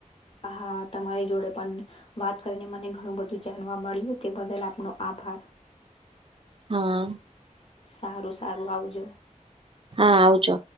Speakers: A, on the left; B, on the right.
A: હા તમારી જોડે પણ વાત કરીને મને ઘણું બધું જાણવા મળ્યું તે બદલ આપનો આભાર
B: હા
A: સારું સારું આવજો.
B: હા આવજો.